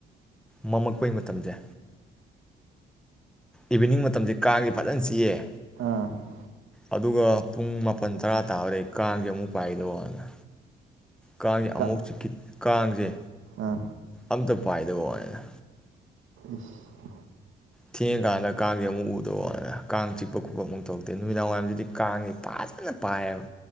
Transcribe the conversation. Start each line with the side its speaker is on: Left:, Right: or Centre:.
Centre: ꯃꯝꯃꯛꯄꯒꯤ ꯃꯇꯝꯁꯦ ꯏꯚꯤꯅꯤꯡ ꯃꯇꯝꯁꯦ ꯀꯥꯡꯁꯤ ꯐꯖꯅ ꯆꯤꯛꯑꯦ
Right: ꯑꯥ
Centre: ꯑꯗꯨꯒ ꯄꯨꯡ ꯃꯥꯄꯜ ꯇꯔꯥ ꯇꯥꯕꯗ ꯀꯥꯡꯁ ꯑꯃꯨꯛ ꯄꯥꯏꯒꯤꯗꯧꯕꯩ ꯋꯥꯅꯦ ꯀꯥꯡꯁꯦ
Right: ꯀ
Centre: ꯑꯃꯨꯛ ꯆꯤꯠ ꯀꯥꯡꯁꯦ
Right: ꯑꯥ
Centre: ꯑꯝꯇ ꯄꯥꯏꯗꯕ ꯋꯥꯅꯤꯅ
Right: ꯏꯁ
Centre: ꯊꯦꯡꯉꯀꯥꯟꯗ ꯀꯥꯡꯖꯤ ꯑꯃꯨꯛ ꯎꯗ ꯋꯥꯅꯦ ꯀꯥꯡ ꯆꯤꯛꯄ ꯈꯣꯠꯄ ꯑꯃꯨꯛ ꯊꯣꯛꯧꯛꯇꯦ ꯅꯨꯃꯤꯗꯥꯡ ꯋꯥꯏꯔꯝꯁꯤꯗꯤ ꯀꯥꯡꯁꯤꯦ ꯐꯖꯅ ꯄꯥꯏꯌꯦꯕ